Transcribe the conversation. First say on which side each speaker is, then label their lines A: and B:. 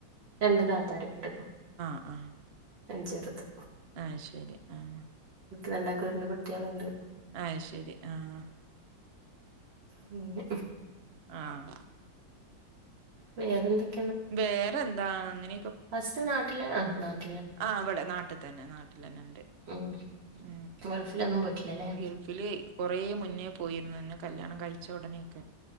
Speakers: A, on the right; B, on the right.
A: രണ്ട് താത്താരുണ്ട്
B: ആഹ
A: അ ചേറത്
B: ആഹ ശരി ആഹ
A: രണ്ടാക്കൂരുണ്ട് കുട്ടികളുണ്ട്
B: ആഹ ശരി ആഹ
A: മ
B: ആഹ
A: വേറെ എന്തൊക്ക
B: വേറെ എന്താ അങ്ങനെ
A: അസ് നാട്ടില ആ നാട്ട
B: ആ് ഇവിടെ നാട്ടിൽ തന്നെ നാട്ട ണ്ട്
A: ഉം
B: ഉ
A: ഗൾഫിലൊന്നും പോയിട്ടില്ലല്ലേ
B: ഗൾഫിൽയി കുറെേ മുന്നേ പോയിരുന്നുന്നെ കല്യാണം കഴിച്ച ഉടനെയൊക്കെ